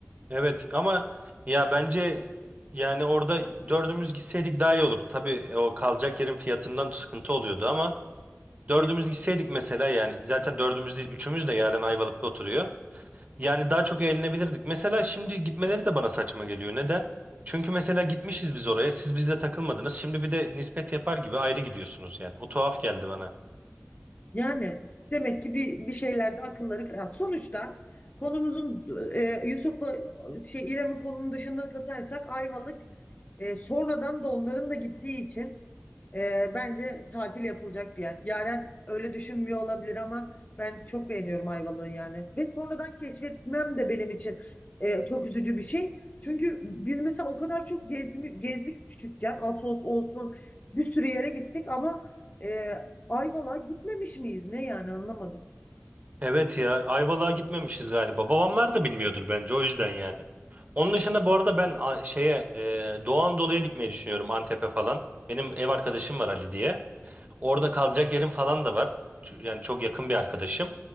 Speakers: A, on the right; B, on the left.
A: Evet ama ya bence yani orada dördümüz gitseydik daha iyi olurdu. Tabii e, o kalacak yerin fiyatından sıkıntı oluyordu ama dördümüz
B: evet
A: gitseydik mesela yani zaten dördümüz değil üçümüz de yarın Ayvalık'ta oturuyor. Yani daha çok eğlenebilirdik. Mesela şimdi gitmeleri de bana saçma geliyor. Neden? Çünkü mesela gitmişiz biz oraya. Siz bizle takılmadınız. Şimdi bir de nispet yapar gibi ayrı gidiyorsunuz yani. O tuhaf geldi bana.
B: Yani demek ki bir bir şeylerde akılları ya sonuçta konumuzun e, Yusuf'la şey İrem'in konunun dışında katarsak Ayvalık e, sonradan da onların da gittiği için e, bence tatil yapılacak bir yer. Yaren öyle düşünmüyor olabilir ama ben çok beğeniyorum Ayvalık'ı yani. Ve sonradan keşfetmem de benim için e, çok üzücü bir şey. Çünkü biz mesela o kadar çok gezmi, gezdik küçükken Assos olsun bir sürü yere gittik ama e, Ayvalık'a gitmemiş miyiz? Ne yani anlamadım.
A: Evet ya Ayvalık'a gitmemişiz galiba. Babamlar da bilmiyordur bence o yüzden yani. Onun dışında bu arada ben a- şeye e, Doğu Anadolu'ya gitmeyi düşünüyorum Antep'e falan. Benim ev arkadaşım var Ali diye. Orada kalacak yerim falan da var. Ç- Yani çok yakın bir arkadaşım.